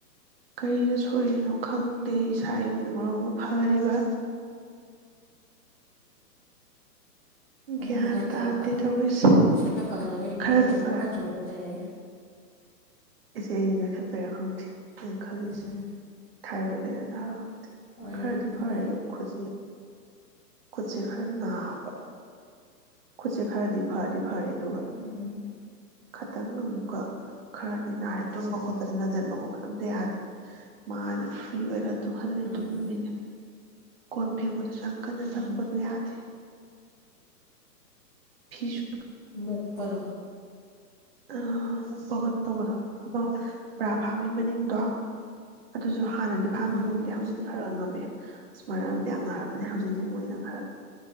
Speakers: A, on the right; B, on the left.
A: ꯀꯔꯤꯗ ꯁꯣꯏꯔꯤꯅꯣ ꯈꯪꯗꯦ ꯏꯁꯥ ꯏꯨꯅ ꯃꯔꯝ ꯑꯃ ꯐꯔꯤꯕ
B: ꯑꯗꯨ
A: ꯒ꯭ꯌꯥꯟ
B: ꯅꯨꯡꯉꯥꯏꯇꯕ
A: ꯇꯥꯗꯦ ꯇꯧꯔꯁ
B: ꯏꯁꯥ ꯐꯒꯠꯂꯛꯄꯒꯤ
A: ꯈꯔꯗꯤ
B: ꯅꯨꯡꯉꯥꯏꯇꯕ
A: ꯐꯔꯦ
B: ꯈꯣꯠꯇꯕ ꯂꯩꯇꯔꯦ
A: ꯑꯩꯁꯦ ꯑꯩꯅ ꯅꯣꯏꯈꯠꯄꯔꯣ ꯈꯪꯗ꯭ꯦ ꯀꯩꯅ ꯈꯜꯂꯤꯁꯦ
B: ꯎꯝ
A: ꯊꯥꯏꯕꯨ ꯂꯩꯔ ꯥꯔꯣ
B: ꯑꯣꯏꯔꯝꯕꯁꯨ
A: ꯈꯔꯗꯤ ꯐꯔꯦ
B: ꯌꯥꯏ
A: ꯂꯣꯈꯣꯁꯤ ꯈꯨꯠꯁꯦ ꯈꯔ ꯅꯥꯕ ꯈꯨꯠꯁꯦ ꯈꯔꯗꯤ ꯐꯗꯤ ꯐꯔꯦꯗꯤ ꯌꯣꯒ
B: ꯎꯝ
A: ꯈꯇꯪ ꯑꯃꯨꯛꯀ ꯈꯔꯗꯤ ꯅꯥꯔꯦ ꯇꯨꯝꯕ ꯈꯣꯠꯄꯗ ꯅꯟꯁꯤꯟꯕ ꯈꯣꯠꯄ ꯑꯝꯇ ꯌꯥꯗꯦ ꯃꯥꯅ ꯐ꯭ꯔꯤ ꯑꯣꯏꯔꯒ ꯇꯨꯝꯍꯜꯂꯤ
B: ꯎꯝ
A: ꯇꯨꯝꯃꯤꯅꯦ ꯀꯣꯝ ꯐꯦꯃ ꯑꯗꯨꯁꯨ ꯌꯥꯝ ꯀꯟꯅ
B: ꯎꯝ
A: ꯇꯛꯄꯗꯨ ꯌꯥꯗꯦ ꯐꯤꯤꯁ
B: ꯃꯄꯜ
A: ꯑꯄ ꯇꯧꯕꯗ ꯕ꯭ꯔꯥ ꯐꯥꯕꯩ ꯃꯅꯤꯡꯗꯣ ꯑꯗꯨ ꯑꯗꯨ ꯍꯥꯟꯅꯗꯤ ꯐꯥꯡ
B: ꯎꯝ
A: ꯉꯝꯗꯦ ꯍꯧꯖꯤꯛꯇꯤ ꯈꯔ ꯉꯝꯃꯦ ꯑꯃꯥꯡ ꯌꯥꯝ ꯅꯥꯔꯝꯃꯅꯦ
B: ꯎꯝ
A: ꯍꯧꯖꯤꯛꯇꯤ ꯃꯣꯏꯅ ꯈꯔ